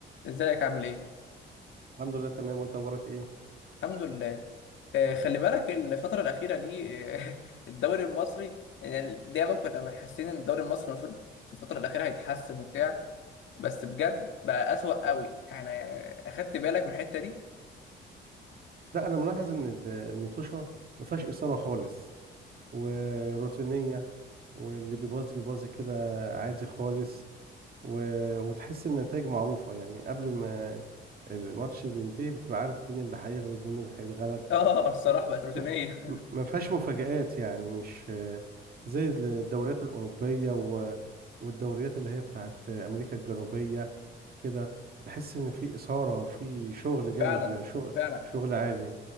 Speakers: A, on the left (about 70°); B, on the right (about 50°).
A: ازيك عامل ايه؟
B: الحمد لله تمام وانت اخبارك ايه
A: الحمد لله آه خلي بالك الفترة الأخيرة دي آه <laughs> الدوري المصري يعني دايما كنا حاسين إن الدوري المصري المفروض في الفترة الأخيرة هيتحسن وبتاع بس بجد بقى أسوأ قوي احنا يعني أخدت بالك من الحتة دي؟
B: لا انا ملاحظ ان ال- المطوشه ما فيهاش اثاره خالص وروتينيه واللي بيبازي بيبازي كده عادي خالص و... وتحس النتائج معروفه يعني قبل ما الماتش بينتهي بتبقى عارف مين اللي هيغلب ومين اللي هيتغلب
A: <laughs> آه الصراحة
B: يعني
A: بقت روتينية
B: ما ما- ما فيهاش مفاجآت يعني مش آه، زي الدوريات الأوروبية و- والدوريات اللي هي بتاعت آه، أمريكا الجنوبية كده تحس إن في إثارة وفي شغل جامد
A: <laughs> فعلا
B: يعني شغل
A: فعلا
B: شغل عالي